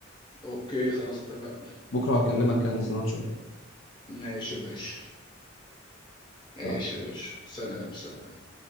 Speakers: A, on the left; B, on the left.
A: اوكي خلاص اتفقنا
B: بكره هكلمك كده ننزل نقعد شويه
A: ماشي يا باشا
B: سلام.
A: ماشي يا باشا سلام سلام